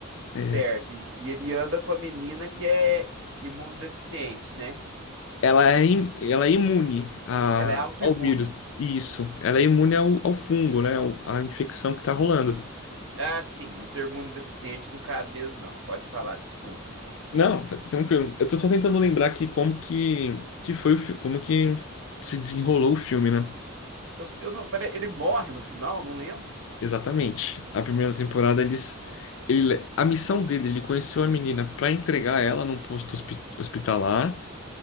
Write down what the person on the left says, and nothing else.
É,
Ela é, im- ela é imune a-
ao vírus. Isso. Ela é imune ao, ao fungo, né? ao- à infecção que tá rolando.
Não, tá tranquilo. Eu tô só tentando lembrar aqui como que, que foi o fi- como que se desenrolou o filme, né?
Exatamente. A primeira temporada eles ele a missão dele, ele conheceu a menina para entregar ela num posto hospi- hospitalar